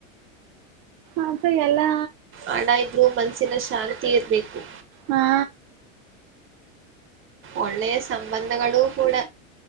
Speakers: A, on the right (about 45°); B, on the right (about 30°).
A: ಆದ್ರೂ ಎಲ್ಲಾ.
B: ಹಣ ಇದ್ರು ಮನಸ್ಸಿನ ಶಾಂತಿ ಇರಬೇಕು
A: ಹಾ.
B: ಒಳ್ಳೆಯ ಸಂಬಂಧಗಳು ಕೂಡ.